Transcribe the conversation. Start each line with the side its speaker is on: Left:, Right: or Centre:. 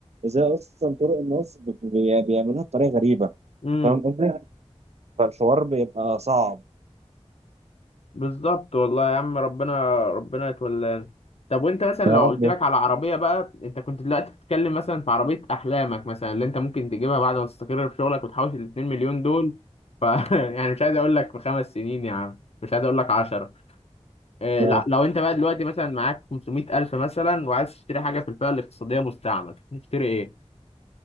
Right: ازاي اصلا طرق النصب بي- بيعملوها بطريقه غريبه
Left: امم.
Right: فاهم قصدي فالحوار بيبقى صعب
Left: بالظبط والله يا عم ربنا ربنا يتولانا طب وانت مثلا
Right: يا
Left: لو
Right: رب
Left: قلت
Right: يا
Left: لك على عربيه بقى انت كنت دلوقتي بتتكلم مثلا في عربيه احلامك مثلا اللي انت ممكن تجيبها بعد ما تستقر في شغلك وتحوش ال 2 مليون دول ف <laughs> يعني مش عايز اقول لك في خمس سنين يا عم مش عايز اقول لك 10 إيه
Right: رب.
Left: لا لو انت بقى دلوقتي مثلا معاك 500000 مثلا وعايز تشتري حاجه في الفئه الاقتصاديه مستعمل تشتري ايه